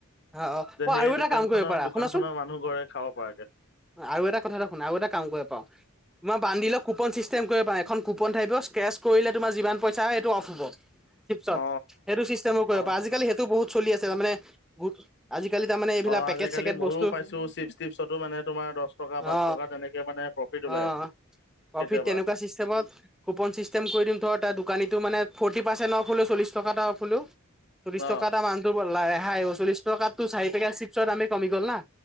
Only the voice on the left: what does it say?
যে
সেই
দোকান
খনৰ
দোকান
খনৰ মানুহ ঘৰে খাব পৰাকে
অ
অ
অ
আজিকালি
মইও
পাইছো চিপছ টিপছতো মানে তোমাৰ দহ টকা পাঁচ
টকা তেনেকে মানে প্ৰফিট ওলাই
কেতিয়াবা
অ